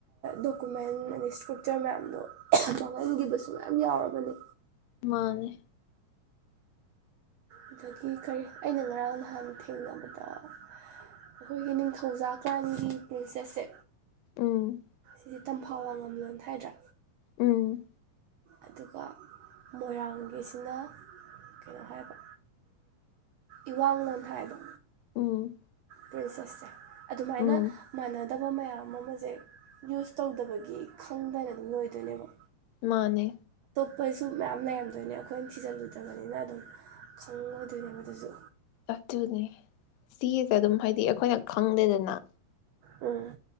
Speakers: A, on the right; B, on the left.
A: ꯗꯣꯀꯨꯃꯦꯟ ꯑꯗꯩ ꯏꯁꯀ꯭ꯔꯤꯞꯆꯔ ꯃꯌꯥꯝꯗꯣ ꯃꯥꯡꯍꯟꯈꯤꯕꯁꯨ ꯌꯥꯝ ꯌꯥꯎꯔꯕꯅꯦ
B: ꯃꯥꯅꯦ
A: ꯑꯗꯒꯤ ꯀꯔꯤ ꯑꯩꯅ ꯉꯔꯥꯡ ꯅꯍꯥꯟ ꯊꯦꯡꯅꯕꯗ ꯑꯩꯈꯣꯏꯒꯤ ꯅꯤꯡꯊꯧꯖꯥ ꯀ꯭ꯂꯥꯟꯒꯤ ꯄ꯭ꯔꯤꯁꯦꯁꯁꯦ
B: ꯑꯝ
A: ꯑꯩꯁꯦ ꯇꯝꯐꯥꯎ ꯋꯥꯉꯝꯂꯣꯟ ꯍꯥꯏꯗ꯭ꯔꯥ
B: ꯎꯝ
A: ꯑꯗꯨꯒ ꯃꯣꯏꯔꯥꯡꯒꯤꯁꯤꯅ ꯀꯩꯅꯣ ꯍꯥꯏꯕ ꯏꯋꯥꯂꯣꯟ ꯍꯥꯏꯕ
B: ꯎꯝ
A: ꯄꯔꯤꯜꯁꯦꯁ ꯑꯗꯨꯃꯥꯏꯅ
B: ꯎꯝ
A: ꯃꯥꯟꯅ ꯗꯕ ꯃꯌꯥꯝ ꯑꯃꯁꯦ ꯌꯨꯁ ꯇꯧꯗꯕꯒꯤ ꯈꯪꯗꯅ ꯑꯗꯨꯝ ꯂꯣꯏꯗꯣꯏꯅꯦꯕ
B: ꯃꯥꯅꯦ
A: ꯀꯩꯁꯨ ꯃꯌꯥꯝ ꯂꯩꯔꯝꯗꯣꯏꯅꯦ ꯑꯩꯈꯣꯏꯅ ꯊꯤꯖꯤꯜꯂꯨꯗꯕꯅꯤꯅ ꯑꯗꯨꯝ ꯈꯪꯉꯣꯏꯗꯣꯏꯅꯦꯕ ꯑꯗꯨꯁꯨ
B: ꯑꯗꯨꯅꯦ ꯁꯤꯒꯤꯁꯦ ꯑꯗꯨꯝ ꯍꯥꯏꯗꯤ ꯑꯩꯈꯣꯏꯅ ꯈꯪꯗꯦꯗꯅ
A: ꯎꯝ